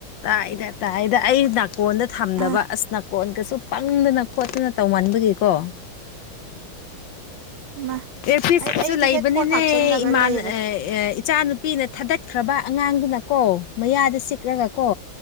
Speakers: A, on the left; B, on the right.
A: ꯇꯥꯏꯗ ꯇꯥꯏꯗ ꯑꯩ ꯅꯥꯀꯣꯟꯗ ꯊꯝꯗꯕ
B: ꯑ
A: ꯑꯁ ꯅꯥꯀꯣꯟꯒꯁꯨ ꯄꯪꯗꯅ ꯈꯣꯠꯇꯅ ꯇꯧꯃꯟꯥꯟꯕꯒꯤꯀꯣ
B: ꯃꯥ
A: ꯑꯦꯐꯤꯁꯁꯨ
B: ꯑꯩ ꯑꯩꯗꯤ
A: ꯂꯩꯕꯅꯤꯅꯦꯃꯥꯟ
B: ꯍꯦꯠꯐꯣꯟ ꯍꯥꯞꯆꯤꯜꯂꯒ ꯂꯩꯔꯦ
A: ꯏꯆꯥꯅꯨꯄꯤꯅ ꯊꯥꯗꯠꯈ꯭ꯔꯕ ꯑꯉꯥꯡꯗꯨꯅ ꯀꯣ ꯃꯌꯥꯗ ꯁꯤꯛꯂꯒ ꯀꯣ